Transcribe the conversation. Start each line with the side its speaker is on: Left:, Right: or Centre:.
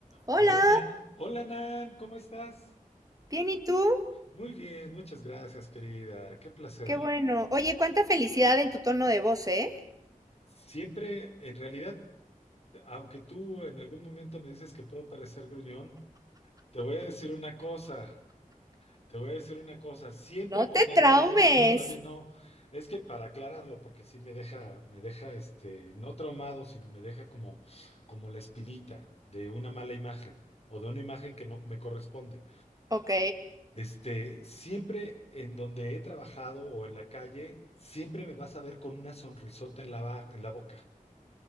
Right: Hola,
Left: Hola, Nan. Hola, Nan. ¿Cómo estás?
Right: bien, ¿y tú?
Left: Muy bien, muchas gracias, querida. Qué placer.
Right: Qué bueno. Oye, cuánta felicidad en tu tono de voz, ¿eh?
Left: Siempre, en realidad, aunque tú en algún momento me dices que puedo parecer gruñón, te voy a decir una cosa. Te voy a decir una cosa. Siempre
Right: No
Left: por
Right: te
Left: donde
Right: traumes.
Left: ando, oye, no, es que para aclararlo, porque sí me deja, me deja, este, no traumado, sino me deja como, como la espinita de una mala imagen o de una imagen que no me corresponde.
Right: Ok,
Left: Este, siempre en donde he trabajado o en la calle, siempre me vas a ver con una sonrisota en la, ba- en la boca.